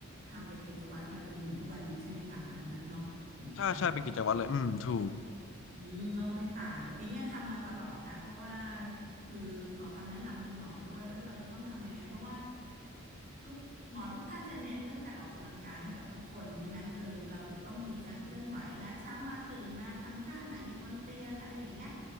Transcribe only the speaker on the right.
ทำเป็นกิจวัตรมาเลยจนถึงทุกวันนี้ใช่ไหมคะแบบนั้นเนาะเหมือนกัน
อืมก็ไม่ต่างแต่ปิ๊งอะทำมาตลอดแหละเพราะว่าคือขอคำแนะนำคุณหมอด้วยเออเราจะต้องทำยังไงเพราะว่าทุกหมอทุกท่านจะเน้นเรื่องการออกกำลังกายให้กับทุกคนใช่ไหมเออเราจะต้องมีการเคลื่อนไหวนะเช้ามาตื่นมาทำท่าไหนอยู่บนเตียงอะไรอย่างเงี้ย